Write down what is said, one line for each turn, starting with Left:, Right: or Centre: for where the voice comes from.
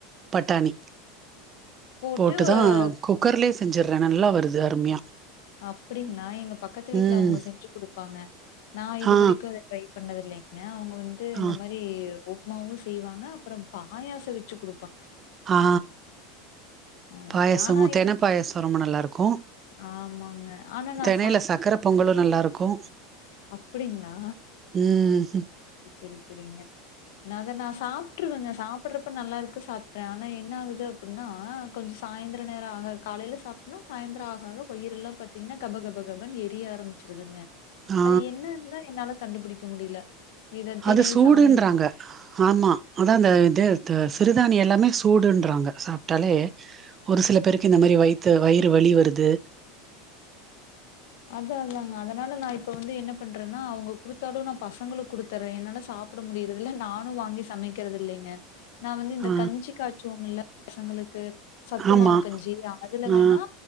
Right: பட்டாணி
Left: போட்டு
Right: போட்டுதா
Left: அஹ்,
Right: குக்கர்லயே செஞ்சறே நல்லா வருது அருமையா
Left: அப்பிடிங்களா எங்க பக்கத்து வீட்ல
Right: ம்.
Left: அவங்க செஞ்சு குடுப்பாங்க நா இதுவரைக்கு
Right: ஆ,
Left: அத ட்ரை பண்ணதில்லிங் ஏ அவங்க வந்து இந்த
Right: ஆ,
Left: மாரி உப்புமாவு செய்வாக அப்புற பாயாச வெச்சு கு
Right: ஆ
Left: அது
Right: பாயசமு
Left: ஆனா என்-
Right: தெண பாயசோ ரொம்ப நல்லா இருக்கு
Left: ஆமாங்க ஆனா நான்
Right: தெணைல்ல சக்கர பொங்கலு நல்லா இருக்கு
Left: அப்பிடிங்களா
Right: ம்
Left: செரி செரிங்க நா அத நா சாப்பிட்ருவேங்க சாப்பிட்றப்ப நல்லா இருக்கு சாப்ட்றே ஆனா என்ன ஆகுது <unintelligible> கொஞ்ச சாயந்த நேர ஆக காலையில சாப்ட்டனா சாயந்திர ஆக வயிர எல்லா பத் என்ன கபகபகபன்னு எரிய ஆரம்பிச்சிருதுங்க
Right: ஆ
Left: அது என்னன்தா என்னால கண்டு புடிக்க முடியல இத திணை
Right: அது சூடுன்றாங்க.
Left: சாமை
Right: ஆமா ஆனா அந்த இது சிறுதானிய எல்லாமே சூடுன்றாங்க சாப்டாலே ஒரு சில பேருக்கு இந்த மாரி வயித்த வயிறு வலி வருது
Left: அத அதாக அதனால நா இப்ப வந்து என்ன பண்றேன்னா அவங்க குடுத்தாலு நா பசங்களுக் குடுத்தர்றே என்னால சாப் ப்பட முடியறதில்ல நானு வாங்கி சமைக்கிறது இல்லங்க நா வந்து இந்த
Right: ஆ
Left: கஞ்சி காச்சுவோம்ல பசங்களுக்கு சத்துமாவு
Right: ஆமா.
Left: கஞ்சி அதுல
Right: ஆ
Left: வேணா